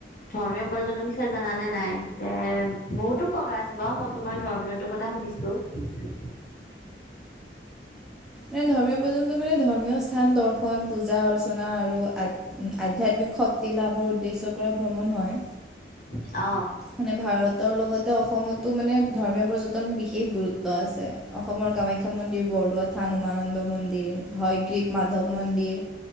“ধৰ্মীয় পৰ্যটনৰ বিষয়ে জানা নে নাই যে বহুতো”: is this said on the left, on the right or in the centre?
Left